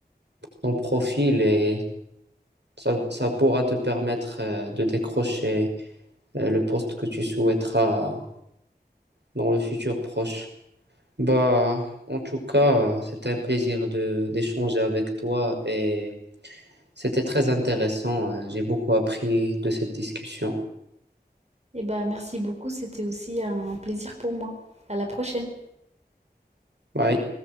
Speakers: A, on the right; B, on the right.
A: ton profil et ça, ça pourra te permettre euh, de décrocher euh, le poste que tu souhaiteras dans le futur proche. Bah, en tout cas, euh, c'était un plaisir de d'échanger avec toi et c'était très intéressant. euh, J'ai beaucoup appris de cette discussion.
B: Et ben merci beaucoup, c'était aussi un plaisir pour moi. À la prochaine.
A: Bye.